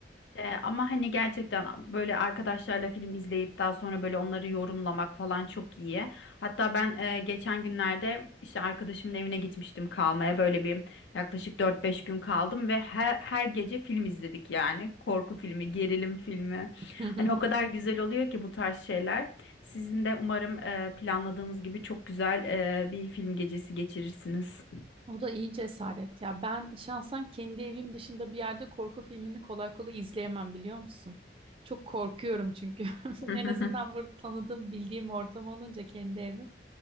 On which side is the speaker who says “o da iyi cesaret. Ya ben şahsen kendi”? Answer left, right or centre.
Right